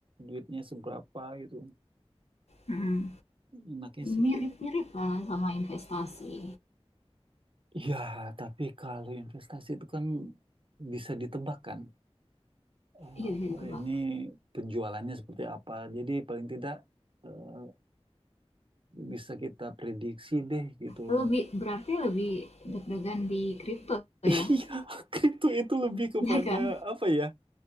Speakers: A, on the right; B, on the left.
A: duitnya seberapa gitu.
B: Hmm,
A: Enaknya sih
B: mirip-mirip
A: kayak.
B: lah sama investasi.
A: Ya, tapi kalau investasi itu kan bisa ditebak kan. Eh,
B: Iya bisa ditebak.
A: ini penjualannya seperti apa. Jadi paling tidak eh, bisa kita prediksi deh gitu loh.
B: Lebih berarti lebih deg-degan di kripto ya.
A: Iya,
B: <laughs>
A: <laughs> itu itu lebih kepada
B: Ya kan?
A: apa ya?